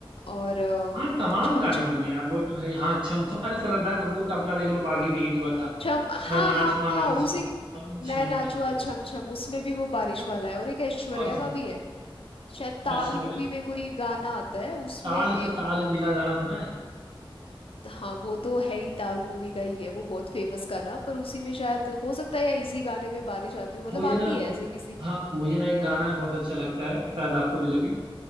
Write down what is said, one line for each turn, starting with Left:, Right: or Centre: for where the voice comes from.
Left: और अ,
Right: हाँ तमाम
Left: छम
Right: गाने
Left: छम
Right: बने यार वो तो है हाँ छम छम अरे श्रद्धा कपूर का अपना देख लो बागी में हिट हुआ था
Left: छम हाँ
Right: मैं नाचूं
Left: हाँ
Right: आज
Left: हाँ उसी
Right: छम छम छम
Left: मैं नाचुआ
Right: ऐसा करके
Left: छम छम उसमें भी वो बारिश वाला है और एक ऐश्वर्या
Right: और क्या
Left: का भी है शायद ताल
Right: ऐश्वर्या
Left: मूवी में कोई गाना आता है उसमें
Right: ताल से ताल मिला गाना सुना है
Left: हाँ वो तो है ही ताल मूवी का ही है वो बहुत फेमस गाना पर उसी में शायद हो सकता है या इसी गाने में बारिश आती हो मतलब
Right: मुझे
Left: आती
Right: ना मु-
Left: है ऐसे किसी
Right: हाँ मुझे ना एक गाना बहुत अच्छा लगता है शायद आपको भी लगे